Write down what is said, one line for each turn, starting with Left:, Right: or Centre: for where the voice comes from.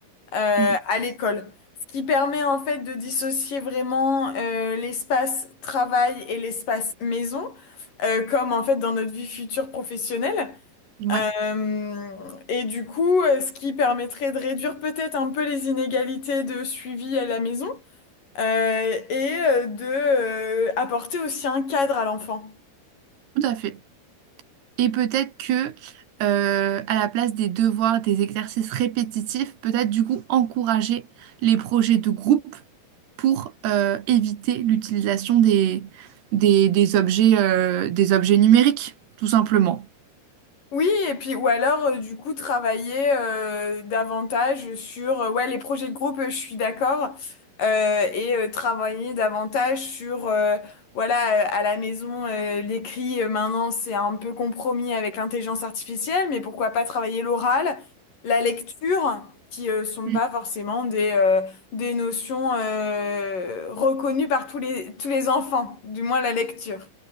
Left: euh,
Right: Mm.
Left: à l'école. Ce qui permet en fait de dissocier vraiment euh, l'espace travail et l'espace maison, euh, comme en fait dans notre vie future professionnelle.
Right: Ouais,
Left: Euh, et du coup, euh, ce qui permettrait de réduire peut-être un peu les inégalités de suivi à la maison euh, et euh, de euh, apporter aussi un cadre à l'enfant.
Right: tout à fait. Et peut-être que, euh, à la place des devoirs, des exercices répétitifs, peut-être du coup encourager les projets de groupe pour euh, éviter l'utilisation des, des, des objets, euh, des objets numériques, tout simplement.
Left: Oui, et puis ou alors euh, du coup travailler euh, davantage sur euh, ouais les projets de groupe, euh, je suis d'accord, euh, et euh, travailler davantage sur euh, voilà euh, à la maison euh, l'écrit euh, maintenant c'est un peu compromis avec l'intelligence artificielle, mais pourquoi pas travailler l'oral, la lecture qui euh, sont
Right: Mm.
Left: pas forcément des euh, des notions euh, reconnues par tous les tous les enfants, du moins la lecture.